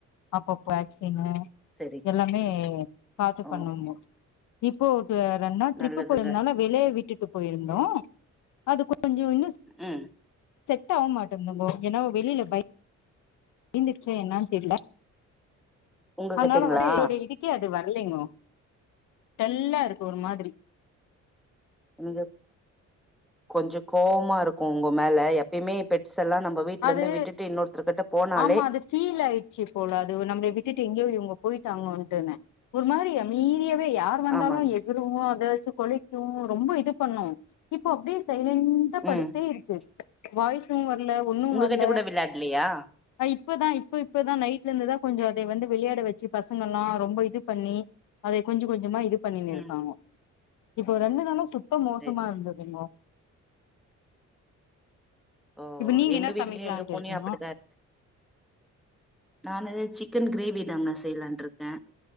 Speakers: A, on the left; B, in the centre.
A: அப்பப்ப வேக்சினு
B: சரி
A: எல்லாமே பாத்து
B: ஓ
A: பண்ணுங்கோ ரிப்போட் வேறன்னா ட்ரிப்பு
B: நல்லதுங்க
A: போயிருந்தாலு வெளிய விட் டு ட்ரிப் போயிருந்தோ அது கொஞ் கொஞ்சோ இன்னுஸ்
B: ம்
A: செட் ஆக மாட்டிங்குதுங்கோ ஏனா வெளியில பை ந்துச்சு என்னானு தெரில
B: உங்ககிட்டீங்களா
A: அதனால வந்து <inaudible> வல்லிங்கோ டல்லா இருக்கு ஒரு மாதிரி
B: உங்கக் கொஞ்சோ கோவமா இருக்கு உங்க மேல எப்பயுமே பெட்ஸ் எல்லா நம்ம வீட்ல
A: அது
B: இருந்து விட்டுட்டு இன்னொருத்தர்கிட்ட போனாலே
A: ஆமா அது ஃபீல் ஆயிடுச்சு போல அது நம்மள விட்டுட்டு எங்கயோப் போயிட்டாங்களோன்ட்டுனு ஒரு மாதிரி யமீறி யாவே யார் வந்தாலு
B: ஆமாங்க
A: எகுருமோ அது சோ கொல்லைக்கு போவு ரொம்ப இது பண்ணு இப்போ அப்டியே ஸை லன்டா படுத்தே
B: ம்
A: இருக்கு வாய்ஸும் வர்ல ஒன்னு
B: உங்ககிட்ட
A: வர்ல
B: கூட விளையாடலையா
A: அ இப்பதா இப்ப இப்பதா நைட்ல இருந்துதா கொஞ்சோ தே வந்து விளையாட வச்சு பசங்களா ரொம்ப இது பண்ணி அதை கொஞ்ச கொஞ்சமா இது பண்ணிங் இருக்காங்கோ
B: ம்
A: இப்போ ரெண்டு நாள சுத் த மோசமா
B: சரி
A: இருந்ததுங்கோ
B: ஓ
A: இப்ப நீங்க
B: எங்க
A: என்ன
B: வீட்லயு
A: சமைக்கலான்ட்டு
B: எங்க பூனையும்
A: இருக்கீங்கோ
B: அப்டிதா இருக் நானு சிக்கன் கிரேவி தாங்க செய்யலான்னு இருக்கே